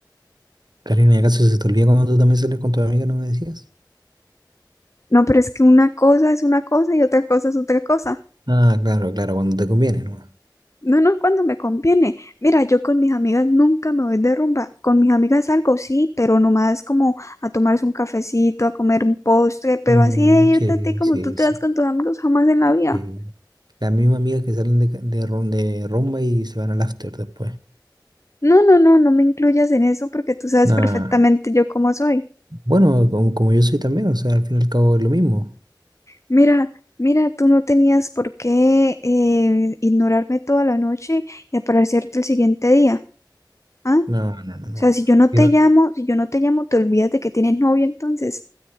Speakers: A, on the right; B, on the left.
A: Karina, ¿y ¿acaso se te olvida cuando tú también sales con tu amiga, no me decías?
B: No, pero es que una cosa es una cosa y otra cosa es otra cosa.
A: Ah, claro, claro, cuando te conviene, ¿no?
B: No, no, cuando me conviene. Mira, yo con mis amigas nunca me voy de rumba. Con mis amigas salgo, sí, pero nomás como a tomarse un cafecito, a comer un postre, pero
A: Mm,
B: así de irte
A: sí,
B: a ti como
A: sí,
B: tú te
A: sí,
B: vas con tus amigos jamás en la vida.
A: sí. Las mismas amigas que salen de, ca- de, rom- de rumba y se van al after después.
B: No, no, no, no me incluyas en eso porque tú sabes
A: Nah.
B: perfectamente yo cómo soy.
A: Bueno, como, como yo soy también, o sea, al fin y al cabo es lo mismo.
B: Mira, mira, tú no tenías por qué eh, ignorarme toda la noche y aparecerte el siguiente día, ¿ah?
A: No, no,
B: O
A: no, no.
B: sea, si yo no te
A: Yo
B: llamo, si yo no te llamo, te olvidas de que tienes novio entonces.